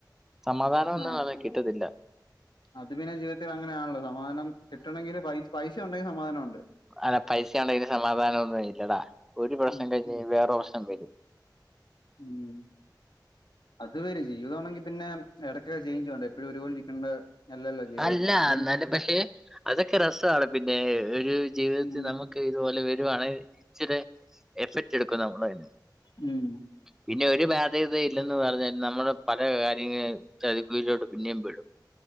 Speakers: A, in the centre; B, on the left.
A: സമാധാനം ഒന്നും
B: ആ
A: അങ്ങനെ കിട്ടത്തില്ല.
B: അത് പിന്നെ ജീവിതത്തിൽ അങ്ങനെയാണല്ലോ സമാധാനം കിട്ടണമെങ്കിൽ പൈ പൈസ ഉണ്ടെങ്കിൽ സമാധാനം ഉണ്ട്.
A: അന പൈസ ഉണ്ടെങ്കിൽ സമാധാനം ഒന്നും ഇല്ലടാ ഒരു പ്രശ്നം
B: ഉം
A: കഴിഞ് വേറൊരു പ്രശ്നം വരും.
B: ഉ അത് വരും ജീവിതാണെങ്കി. പിന്നെ ഇടയ്ക്കെ ചേഞ്ച് വേ ണ്ടേ എപ്പോഴും ഒരുപോല ഇരിക്കേണ്ട. അല്ലല്ലോ ജീവിതം
A: അല്ല
B: എപ്പോഴും
A: എന്നാല പക്ഷെ അതൊക്കെ രസാണ് പിന്നെ ഒരു ജീവിതത്തിൽ
B: ഉം
A: നമുക്ക്. ഇതുപോലെ വരുവാണെ ഇച്ചിരി എഫക്ട് എടുക്കും നമ്മൾ അതി
B: ഉം
A: പിന്നെ ഒരു ബാധ്യത യും ഇല്ലെന്ന് പറഞ്ഞാൽ നമ്മുടെ പല കാര്യങ്ങളും <unintelligible> പിന്നെയും പെടും.